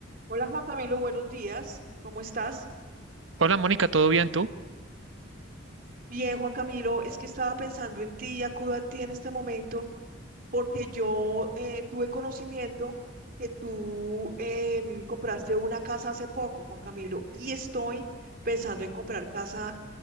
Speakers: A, on the right; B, on the right.
A: Hola Juan Camilo, buenos días. ¿Cómo estás?
B: Hola Mónica, ¿todo bien tú?
A: Bien, Juan Camilo, es que estaba pensando en ti y acudo a ti en este momento porque yo eh, tuve conocimiento que tú em, compraste una casa hace poco, Juan Camilo, y estoy pensando en comprar casa